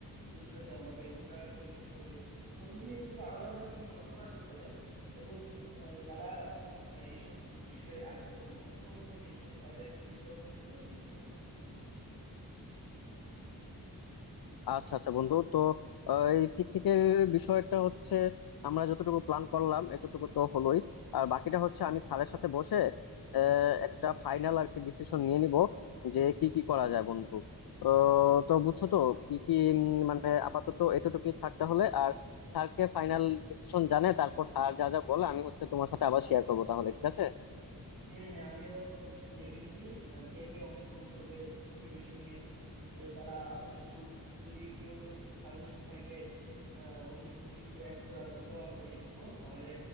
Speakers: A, on the right; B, on the left.
A: পুরস্কার দেওয়া হবে ওটা একটা ম্যানেজ করবে সব মিলিয়ে কিন্তু আলাদা আলাদা টিম গঠন করা যেতে পারে এবং আহ, যারা মানে এইসব বিষয়ে আগ- মানে অংশগ্রহণ করতে ইচ্ছুক তাদের একটা লিস্ট আউট তৈরি করা যেতে পারে
B: আচ্ছা আচ্ছা বন্ধু তো আহ, এই পিকনিকের বিষয়টা হচ্ছে আমরা যতটুকু প্ল্যান করলাম এতটুকু তো হলোই আর বাকিটা হচ্ছে আমি স্যারের সাথে বসে আহ, একটা ফাইনাল আর কি ডিসিশন নিয়ে নিব যে কি কি করা যায় বন্ধু আহ, তো বুঝছো তো কি কি উম, মানে আপাতত এতটুকুই থাকতে হলে আর স্যারকে ফাইনাল ডিসিশন জানে তারপর স্যার যা যা বলে আমি হচ্ছে তোমার সাথে আবার শেয়ার করবো তাহলে ঠিক আছে
A: হ্যাঁ হ্যাঁ আমিও সবকিছু দেখে নিচ্ছি আহ, কে কে অংশগ্রহণ করবে কি কি বিষয় নিয়ে আহ, তারা ইচ্ছুক যদি কেউ কিছু সাজেশন থাকে আহ, অন্য কোনো কিছু অ্যাড করার ওটাও আমরা দেখে নেবো তাহলে